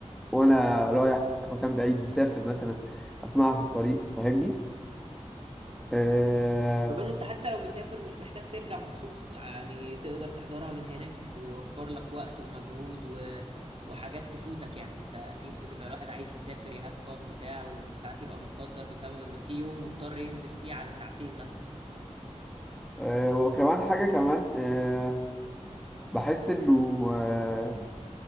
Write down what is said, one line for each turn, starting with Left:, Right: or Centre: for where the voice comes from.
Centre: وانا رايح مكان بعيد مسافر مثلا اسمعها في الطريق فاهمني آه،
Right: يبقى انت حتى لو مسافر مش محتاج ترجع مخصوص يعني تقدر تحضرها من هناك ويوفر لك وقت ومجهود و... وحاجات تفوتك يعني انت اكيد بتبقى الواحد عايز يسافر يهاف فن بتاع وساعات يبقى متقدر بسبب انه في يوم مضطر ينزل فيه على ساعتين مثلا
Centre: آه، وكمان حاجة كمان آه، بحس انه آه،